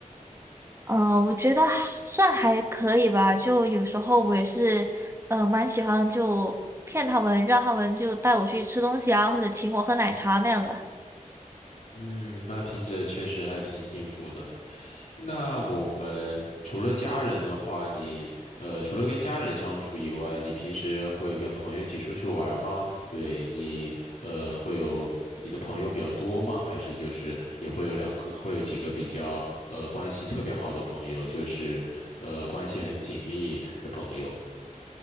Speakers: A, on the right (about 20°); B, on the left (about 65°).
A: 嗯，我觉得还算还可以吧，就有时候我也是，嗯，蛮喜欢就骗他们，让他们就带我去吃东西啊，或者请我喝奶茶那样的。
B: 嗯，那听着确实还挺幸福的。那我们除了家人的话，你呃，除了跟家人相处以外，你平时会跟朋友一起出去玩吗？对你呃，会有你的朋友比较多吗？还是就是你会有两个，会有几个比较呃关系特别好的朋友，就是呃关系很紧密的朋友？